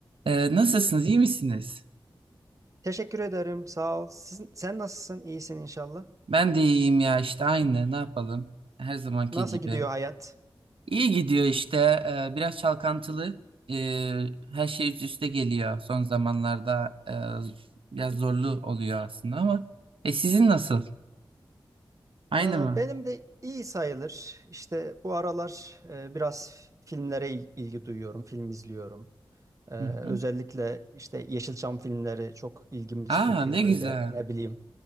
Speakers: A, on the right; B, on the right.
A: Ee, nasılsınız? iyi misiniz?
B: Teşekkür ederim. Sağ ol. Sizin- sen nasılsın? İyisin inşallah.
A: Ben de iyiyim ya işte aynı. Ne yapalım? Her zamanki
B: Nasıl
A: gibi.
B: gidiyor hayat?
A: İyi gidiyor işte. Ee, biraz çalkantılı. Ee, her şey üst üste geliyor. Son zamanlarda e, biraz zorlu oluyor aslında ama. E sizin nasıl? Aynı
B: Ee,
A: mı?
B: benim de iyi sayılır. İşte bu aralar e, biraz filmlere il- ilgi duyuyorum. Film izliyorum. Ee,
A: Hı
B: özellikle
A: hı.
B: işte Yeşilçam filmleri çok ilgimi çekiyor
A: Aa ne
B: böyle.
A: güzel.
B: Ne bileyim.